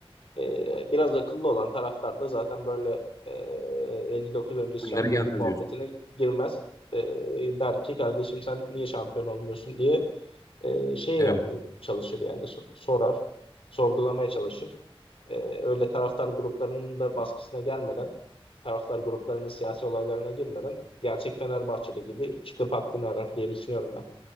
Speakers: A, on the left; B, on the left.
A: E, biraz akıllı olan taraftar da zaten böyle e, 59 öncesi
B: Oyunlara
A: şampiyonluk
B: gelmez
A: muhabbetine
B: diyorsun.
A: girmez. E, der ki kardeşim sen niye şampiyon olmuyorsun diye e, şey
B: Evet,
A: yapmaya çalışır yani so- sorar, sorgulamaya çalışır. E, öyle taraftar gruplarının da baskısına gelmeden, taraftar gruplarının siyasi olaylarına girmeden gerçek Fenerbahçeli gibi çıkıp hakkını arar diye düşünüyorum ben.